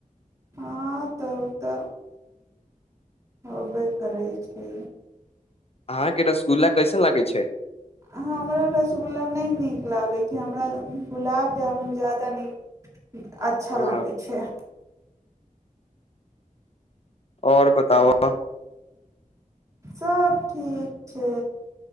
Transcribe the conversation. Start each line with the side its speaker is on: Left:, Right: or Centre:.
Right: हँ तऽ ओ तऽ होबे करै छै
Left: अहाँके रसगुल्ला कैसन लागै छै
Right: हमरा रसगुल्ला नहि नीक लागै छै हमरा गुलाब जामुन ज्यादा नीक अच्छा
Left: हँ
Right: लागै छै
Left: आओर बताब'
Right: सभ ठीक छै